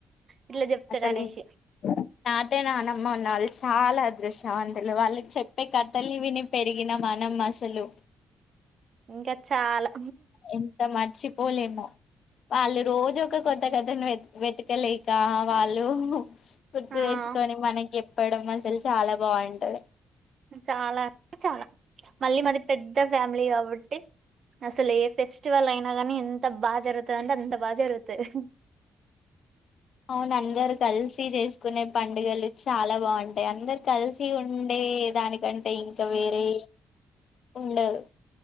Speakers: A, on the right (about 50°); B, on the left (about 65°).
A: ఇట్లా చెప్తాడు
B: అసలు
A: అనేసి
B: తాతయ్య నానమ్మ ఉన్నా వాళ్ళు చాలా దృశ్యవంతులు వాళ్ళకి చెప్పే కథలు విని పెరిగిన మనం అసలు
A: ఇంకా చాలా
B: ఎంత మర్చి పోలేమో వాళ్ళు రోజు ఒక కొత్త కథను వె వెతకలేక వాళ్ళు గుర్తు
A: ఆ
B: తెచ్చుకొని మనకి చె చెప్పడం అసలు చాలా బాంటది
A: చాలా అంటే చాలా మళ్ళీ మాది పెద్ద ఫ్యామిలీ కాబట్టి అసలు ఏ ఫెస్టివల్ అయినా కానీ ఎంత బాగా జరుగుతుందింటే అంత బాగా జరుగుతది
B: అవును అందరు కలిసి చేసుకునే పండుగలు చాలా బాగుంటాయి అందరు కలిసి ఉండే దానికంటే ఇంకా వేరే ఉండరు